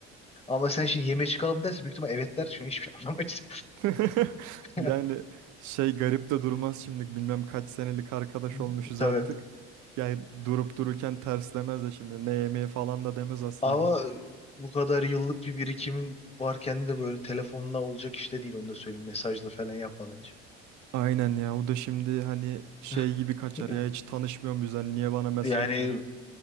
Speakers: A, on the left; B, on the right.
A: Ama sen şimdi yemeğe çıkalım derse büyük ihtimal evet der. Şimdi hiçbir şey anlamayız.
B: <laughs>
A: <laughs>
B: Yani şey garip de durmaz şimdi bilmem kaç senelik arkadaş
A: Hı,
B: olmuşuz
A: Tabii.
B: artık. Yani durup dururken terslemez de şimdi ne yemeği falan da demez aslında.
A: Ama e, bu kadar yıllık bir birikimin varken de böyle telefonla olacak işte değil onu da söyleyeyim. Mesajla falan yapma bence.
B: Aynen ya o da şimdi hani şey
A: <laughs>
B: gibi kaçar
A: Ya-
B: ya hiç tanışmıyor muyuz hani niye bana mesaj
A: Yani
B: atıyorsun?